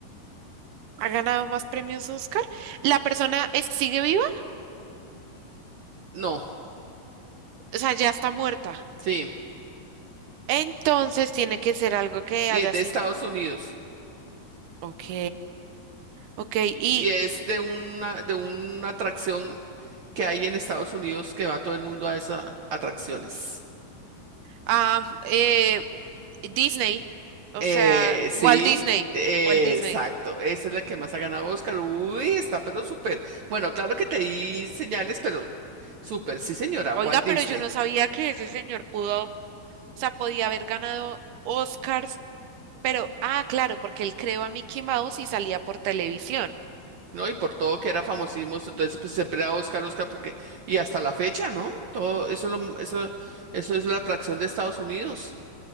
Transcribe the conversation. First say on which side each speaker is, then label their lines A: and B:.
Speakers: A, on the right (about 80°); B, on the right (about 65°).
A: ¿Ha ganado más premios Oscar? ¿La persona es- sigue viva?
B: No,
A: O sea, ya está muerta.
B: sí,
A: Entonces tiene que ser algo que
B: y
A: haya
B: es de
A: sido.
B: Estados Unidos
A: Ok, ok.
B: y,
A: ¿Y
B: y es de una de una atracción que hay en Estados Unidos que va todo el mundo a esas atracciones.
A: Ah, eh, Disney, o
B: Eh,
A: sea, Walt
B: sí,
A: Disney,
B: eh,
A: Walt Disney.
B: exacto, esa es la que más ha ganado Oscar. Uy, está pero súper. Bueno, claro que te di señales, pero súper, sí señora, Walt
A: Oiga,
B: Disney.
A: pero yo no sabía que ese señor pudo, o sea, podía haber ganado Oscars, pero, ah, claro, porque él creó a Mickey Mouse y salía por televisión.
B: ¿no? Y por todo que era famosísimo, entonces pues siempre era Oscar, Oscar, porque, y hasta la fecha, ¿no? Todo eso, es lo- eso, eso es la atracción de Estados Unidos,